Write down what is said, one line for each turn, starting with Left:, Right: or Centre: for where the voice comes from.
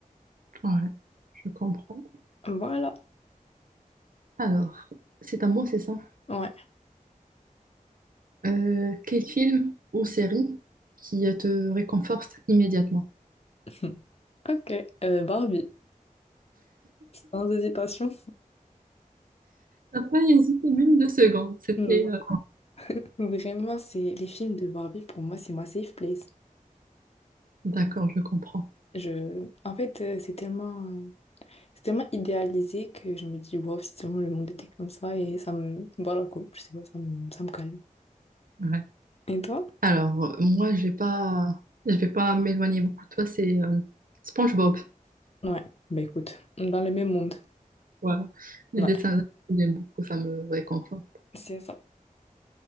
Right: bon? ouais, je comprends.
Left: Voilà.
Right: Alors, c'est à moi, c'est ça.
Left: Ouais.
Right: Euh, quel film ou série qui te réconforte immédiatement?
Left: <laughs> Ok. Euh, Barbie. Sans hésitation.
Right: T'as pas hésité même deux secondes. C'était
Left: Mm.
Right: euh,
Left: Vraiment, c'est les films de Barbie, pour moi, c'est ma safe place.
Right: D'accord, je comprends.
Left: Je... En fait, euh, c'est tellement, euh, c'est tellement idéalisé que je me dis, wow, si seulement le monde était comme ça, et ça me. Voilà quoi, je sais pas, ça me, ça me calme.
Right: Ouais.
Left: Et toi?
Right: Alors, euh, moi, je vais pas, je vais pas m'éloigner beaucoup de toi. C'est euh, SpongeBob.
Left: Ouais, bah écoute, dans le même monde.
Right: Voilà. Les
Left: Ouais,
Right: dessins, j'aime beaucoup, ça me réconforte.
Left: c'est ça.